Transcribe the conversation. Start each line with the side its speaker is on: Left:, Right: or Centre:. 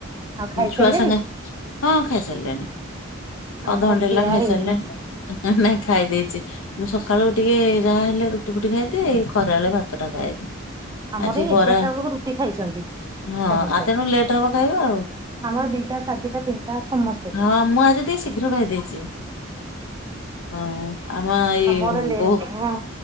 Right: ଆଉ ଖାଇସାରିଲେଣି
Left: ଛୁଆ ସାଙ୍ଗେ ହଁ ଖାଇସାରିଲେଣିଅଧଘଣ୍ଟା
Right: ଆମର
Left: ହେଲା
Right: ଖିଆ
Left: ଖାଇସାରିଲେଣ
Right: ହେଇନି
Left: ନାଇଁ ଖାଇ ଦେଇଚି। ମୁଁ ସକାଳୁ ଟିକେ ଯାହା ହେଲେ ରୁଟି ଫୁଟି ଖାଇଦି ଖରା ବେଲେ ଭାତ ଟା ଖାଏ।
Right: ଆମର
Left: ଆଜି
Right: ଏଇ
Left: ବରା
Right: ଏଗାରଟା ବେଳକୁ ରୁଟି ଖାଇଛନ୍ତି
Left: ହଁ
Right: ସମସ୍ତେ
Left: ଆଗେନୁ ଲେଟ ହବ ଖାଇବା ଆଉ।
Right: ଆମର ଦିଟା ସାଢ଼ଟା ତିନିଟା ସମସ୍
Left: ହଁ ମୁଁ ଆଜି ଟିକେ ଶୀଘ୍ର ଖାଦେଇଚି। ହଁ ଆମ ଏଇ
Right: ଆମର ଲେଟ
Left: ବହୁ
Right: ହଁ